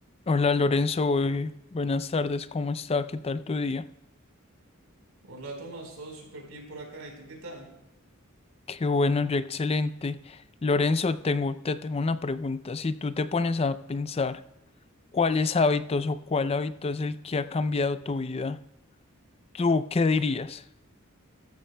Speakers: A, on the left; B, on the right.
A: Hola Lorenzo, eh, buenas tardes, ¿cómo está? ¿Qué tal tu día?
B: Hola Tomás, todo súper bien por acá. ¿Y tú qué tal?
A: Qué bueno, yo excelente. Lorenzo, tengo, te tengo una pregunta. Si tú te pones a pensar cuáles hábitos o cuál hábito es el que ha cambiado tu vida, ¿tú qué dirías?